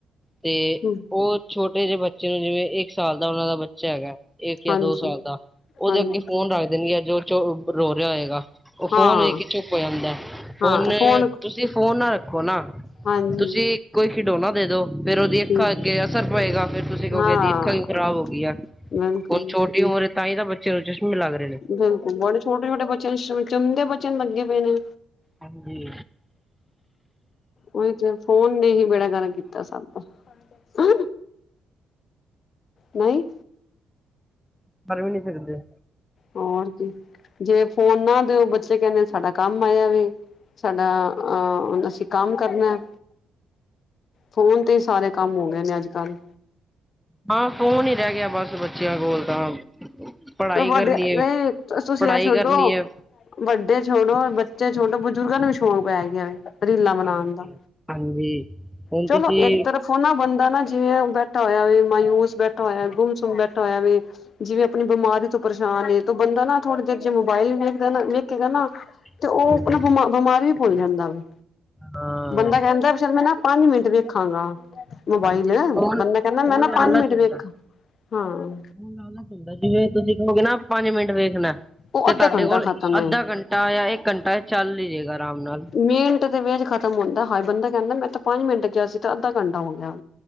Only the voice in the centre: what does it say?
ਤੇ
ਓ ਛੋਟੇ ਜੇ ਬੱਚੇ ਨੂੰ ਜਿਵੇਂ ਇੱਕ ਸਾਲ ਦਾ ਉਹਨਾਂ ਦਾ ਬੱਚਾ ਹੈਗਾ। ਇੱਕ ਜਾਂ
ਦੋ ਸਾਲ ਦਾ, ਉਹਦੇ
ਅੱਗੇ ਫੋਨ ਰੱਖ ਦੇਨਗੇ, <unintelligible> ਰੋ ਰੇਆ ਹੋਏਗਾ। ਓ
ਫੋਨ ਵੇਖ ਕੇ ਚੁੱਪ ਹੋ ਜਾਂਦਾ ਐ,
ਹੁਨ
ਤੁਸੀਂ ਫੋਨ ਨਾ ਰੱਖੋ ਨਾ।
ਤੁਸੀਂ ਕੋਈ ਖਿਡੌਨਾ ਦੇ ਦੋ। ਫੇਰ ਉਹਦੀ ਅੱਖਾਂ
ਅੱਗੇ ਅਸਰ ਪਏਗਾ ਫੇਰ ਤੁਸੀਂ ਕਹੋਗੇ
ਇਹਦੀ ਅੱਖਾਂ ਵੀ ਖਰਾਬ ਹੋ ਗਈ ਆ,
ਹੁਣ ਛੋ ਟੀ ਉਮਰ ਤਾਂ ਹੀ ਤਾਂ ਬੱਚਿਆਂ ਨੂੰ ਚਸ਼ਮੇ ਲੱਗਦੇ।
ਹਾਂਜੀ।
<unintelligible> ਵੀ ਨੀ ਸਕਦੇ।
ਹਾਂ ਫੋਨ ਹੀ ਰਹਿ ਗਿਆ ਬਸ ਬੱ ਬੱਚਿਆਂ ਕੋਲ ਤਾਂ, ਪੜ੍ਹਾਈ
ਕਰਨੀ ਏ,
ਪੜ੍ਹਾਈ
ਕਰਨੀ ਐ।
ਹਾਂਜੀ,
ਹਾਂਜੀ ਹੁਣ
ਤੁਸੀਂ
ਹਾਂਜੀ
ਹਾਂ
ਹਾਂਜੀ ਫੋਨ
ਫੋਨ
ਲਾਲਚ
ਹੁੰਦਾ
ਫੋਨ ਲਾਲਚ ਹੁੰਦਾ ਜਿਵੇਂ ਤੁਸੀਂ ਕਹੋਗੇ ਨਾ, ਪੰਜ ਮਿੰਟ ਵੇਖਨਾ
ਤੇ
ਤੁਹਾਡੇ
ਕੋਲ
ਅੱਧਾ
ਘੰਟਾ ਜਾਂ ਇੱਕ ਘੰਟਾ ਚੱਲ ਹੀ ਜਾਏਗਾ ਆਰਾਮ ਨਾਲ।